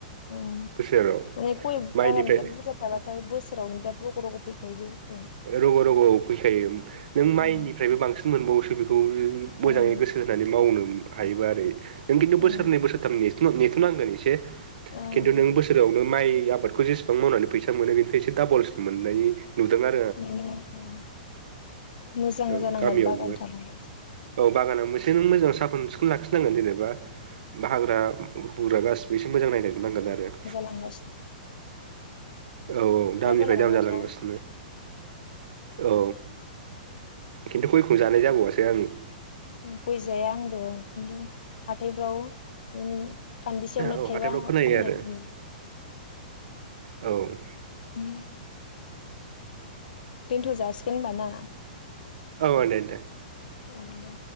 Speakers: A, on the left; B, on the right.
A: उम
B: बोसोराव
A: माने गय
B: माइनिफ्राय
A: बागान बिराद बुरजा थाबाथाय बोसोरावनो बिराद रग' रग' फैखायो बे बुस
B: ओ रग' रग' फैखायो नों माइनिफ्रायबो
A: ओम
B: बांसिन मोनबावोसो बेखौ <unintelligible> मोजाङै
A: ओम
B: गोसो होनानै मावनोम हायोबा आरो। नों खिन्थु बोसोरनै
A: औ
B: बोसोरथाम नेथ'नां नेथ'नांगोन एसे
A: ओं
B: खिन्थु नों बोसोरावनो माइ इ आबादखौ जेसेबां मावनानै फैसा मोनो बेनिफ्राय एसे डाबल मोननाय नुदों आ
A: उम उम मोजां
B: औ
A: जानांनार
B: गामियावबो
A: बागान थानांगौ
B: औ बागाना मोजों मोजां साखोन सिखोन लाखिनांगोन जेनेबा बा हाग्रा हुरा गासिबो एसे मोजां नायनांगोन नांगोन आरो।
A: थांगासिनो
B: औ औ दामनिफ्राय
A: जालांबाय
B: दाम जालांगासिनो।
A: माथो ना।
B: औ खिन्थु गयखौ जानाय जाबावासो आङो।
A: उम गय जाया आंबो खिन्थु हाथायफ्राव उम खान्दिसेयावनो
B: औ
A: थाइबा
B: हाथायफ्राव खोनायो
A: फाननायखौ
B: आरो
A: नुयो आरो।
B: औ।
A: उम। दोनथ' जासिगोन होमबा ना।
B: औ दे दे।
A: औ दे।